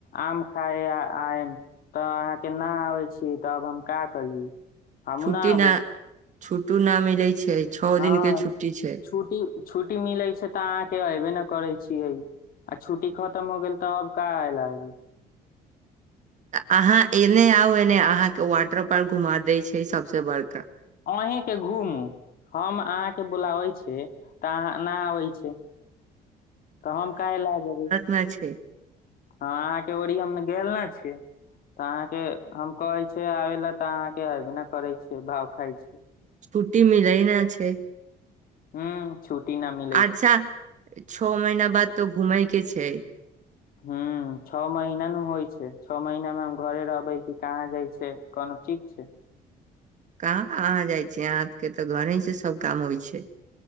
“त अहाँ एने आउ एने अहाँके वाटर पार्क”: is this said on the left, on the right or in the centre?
Right